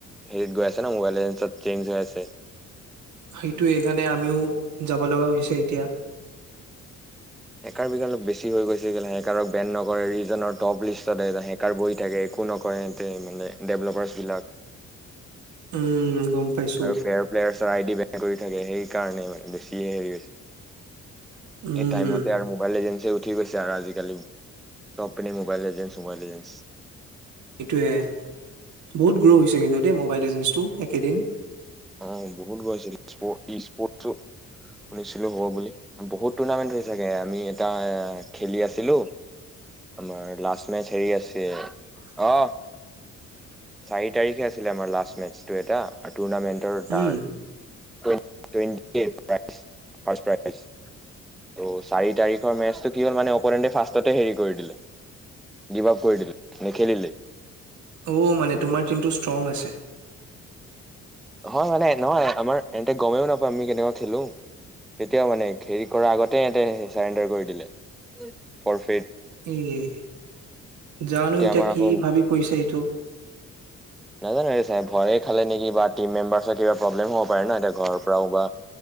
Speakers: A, in the centre; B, on the right (about 70°).
A: হেৰিত গৈ আছে ন মোবাইল লিজেণ্ডত চেঞ্জ হৈ আছে
B: সেইটো এইেইকাৰণে আমিও যাব লগা হৈছে এতিয়া
A: হেকাৰ বিলাক অলপ বেছি ছি হৈ গৈছে হেকাৰক বেন নকৰে ৰিজনৰ টপ লিষ্টত হেকাৰ বহি থাকে একো নকৰে ডে ডেভলপাৰ্চ বিলাক
B: উম গম পাইছো
A: আৰু ফেয়াৰ প্লেয়াৰচৰ আইডি বেন কৰি থাকে সেইকাৰণে মানে বেছিয়ে হেৰি হৈছে
B: উম,
A: এই তাইমতে আৰু মোবাইল লিজেণ্ডছে ঠিক কৈছা আৰু আজিকালি চব পিনে মোবাইল এজেন্স মোবাইল এজেন্স
B: এইটোৱে বহুত গ্ৰ' হৈছে কিন্তু দেই মোবাইল এগেন্সটো এইকেইদিন
A: অ বহুত গৈছিলে স্পৰ্ট শুনিছিলো হব বুলি বহুত টুৰ্ণামেন্ট হৈ চাগে আমি এটা খেলি আছিলো আমাৰ লাষ্ট মেচ হেৰি আছে
B: <unintelligible>
A: অ চাৰি তাৰিখে আছিলে আমাৰ লাষ্ট মেচটো এটা টোৰনামেণ্ট তাৰ
B: উম,
A: টেণ্টি প্ৰ ফ্ষ প্ৰ <inaudible> আছ ত' চাৰি তাৰিখৰ মেচটো কি হ'ল মানে অপনেণ্টে ফাৰ্ষ্টতে হেৰি কৰি দিলে গিভ আপ কৰি দিলে নেখেলিলে
B: অ মানে তোমাৰ টিমটো ষ্ট্ৰং আছে
A: হয় মানে নহয় আমাৰ ইয়াতে গমেই নাপায় আমি কেনেকুৱা খেলো তেতিয়াও মানে হেৰি কৰাৰ আগতেতে চাৰেণ্ডাৰ কৰি দিলে ফৰ
B: উম জানো এতিয়া
A: আমাৰ
B: কি
A: আকৌ
B: ভাবি কৰিছে এইটো
A: নাজানো এই চাই ভয়ে খালে নেকি বা টিম মেম্বাৰ্চৰ কিবা প্ৰব্লেম হব পাৰে ন এ ঘৰৰ পৰাও বা